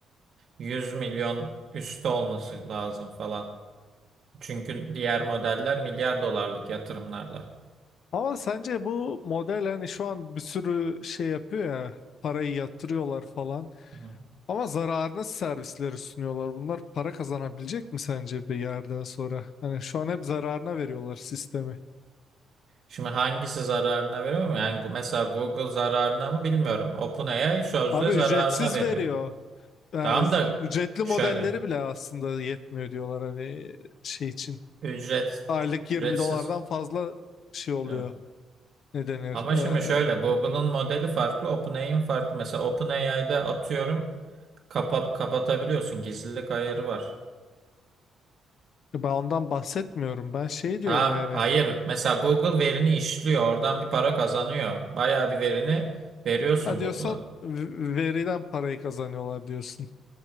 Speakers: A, on the right; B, on the left.
A: 100 milyon üstü olması lazım falan. Çünkü diğer modeller milyar dolarlık yatırımlarla.
B: Ama sence bu model hani şu an bir sürü şey yapıyor ya parayı yatırıyorlar falan.
A: Hı.
B: Ama zararına servisleri sunuyorlar. Bunlar para kazanabilecek mi sence bir yerden sonra? Hani şu an hep zararına veriyorlar sistemi.
A: Şimdi hangisi zararına veriyor mu? Yani gu- mesela Google zararına mı bilmiyorum. OpenAI sözde
B: Abi
A: zararına
B: ücretsiz
A: veriyor.
B: veriyor. Yani
A: Tamam
B: z-
A: da
B: ücretli
A: şöyle
B: modelleri bile aslında yetmiyor diyorlar hani şey için.
A: ücret
B: Aylık
A: ücretsiz
B: 20 dolardan fazla şey oluyor.
A: e,
B: Ne denir?
A: Ama
B: Ee,
A: şimdi şöyle Google'ın modeli farklı, OpenAI'nin farklı. Mesela OpenAI'de atıyorum kapa kapatabiliyorsun. Gizlilik ayarı var.
B: ben ondan bahsetmiyorum. Ben şey diyorum
A: Ha,
B: yani.
A: hayır. Mesela Google verini işliyor. Oradan bir para kazanıyor. Bayağı bir verini veriyorsun
B: Ha
A: Google'a.
B: diyorsan v- veriden parayı kazanıyorlar diyorsun.